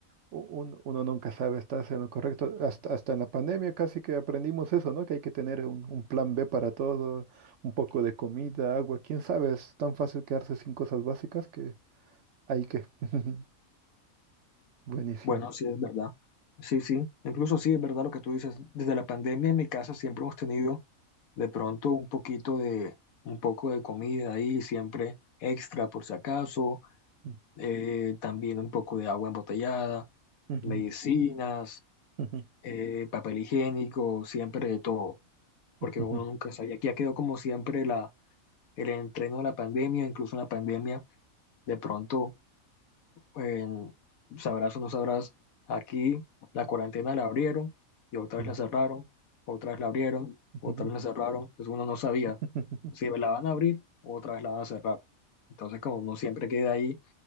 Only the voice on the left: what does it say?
Bueno, sí es verdad. Sí, sí, incluso sí es verdad lo que tú dices. Desde la pandemia en mi casa siempre hemos tenido de pronto un poquito de, un poco de comida ahí, siempre extra por si acaso
eh, también un poco de agua embotellada,
medicinas,
eh, papel higiénico, siempre de todo, porque
uno nunca sabe. Y aquí ya quedó como siempre la, el entreno de la pandemia, incluso en la pandemia, de pronto, en- sabrás o no sabrás, aquí la cuarentena la abrieron y otra
vez la cerraron, otra vez la abrieron, otra
vez la cerraron, entonces uno no sabía
si la van a abrir o otra vez la van a cerrar. Entonces, como uno siempre queda ahí